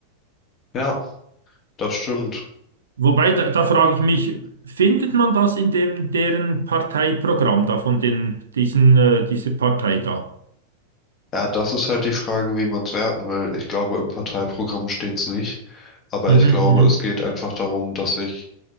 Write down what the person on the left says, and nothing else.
Ja, das stimmt.
Ja, das ist halt die Frage, wie man es werten will. Ich glaube, im Parteiprogramm steht es nicht. Aber
ich glaube,
es geht einfach darum, dass sich